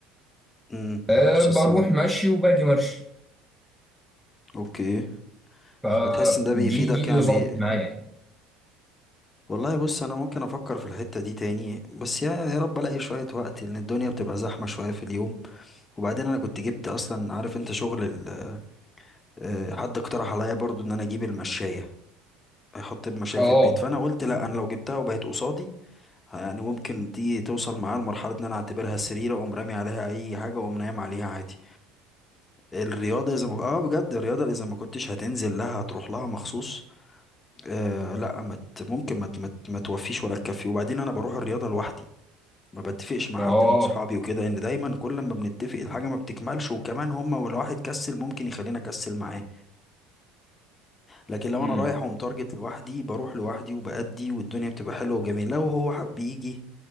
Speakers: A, on the left (about 25°); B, in the centre.
A: امم
B: أه
A: نص السنة
B: بروح مشي وباجي مشي
A: اوكي
B: فدي
A: فبتحس ان ده بيفيدك
B: دي اللي
A: يعني
B: ظبطت
A: بي...
B: معايا
A: والله بص انا ممكن افكر في الحتة دي تاني بس يا يا رب الاقي شوية وقت لان الدنيا بتبقى زحمة شوية في اليوم وبعدين انا كنت جبت اصلا عارف انت شغل ال... آه، حد اقترح عليا برضو ان انا اجيب المشاية احط المشاية
B: اه
A: في البيت فانا قلت لا انا لو جبتها وبقت قصادي يعني ممكن دي توصل معايا لمرحلة ان انا اعتبرها سرير اقوم رامي عليها اي حاجة واقوم نايم عليها عادي الرياضة اذا ما اه بجد الرياضة اذا ما كنتش هتنزل لها هتروح لها مخصوص آه لا ما ت- ممكن ما ت- ما ت- ما توفيش ولا تكفي وبعدين انا بروح الرياضه لوحدي ما بتفقش مع
B: اه
A: حد من اصحابي وكده ان دايما كل ما بنتفق الحاجه ما بتكملش وكمان هما ولو واحد كسل ممكن يخلينا اكسل معاه لكن لو
B: امم
A: انا رايح ومتارجت لوحدي بروح لوحدي وبأدي والدنيا بتبقى حلوه وجميله لو هو حب يجي